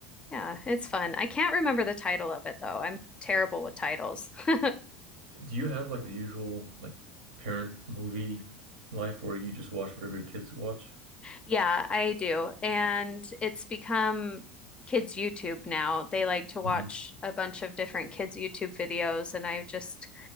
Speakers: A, on the left; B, on the right.
A: Yeah, it's fun. I can't remember the title of it though. I'm terrible with titles. <laughs>
B: Do you have like the usual like parent movie life where you just watch whatever your kids watch?
A: Yeah, I do. And it's become kids' YouTube now. They like to watch
B: Mhm.
A: a bunch of different kids' YouTube videos and I just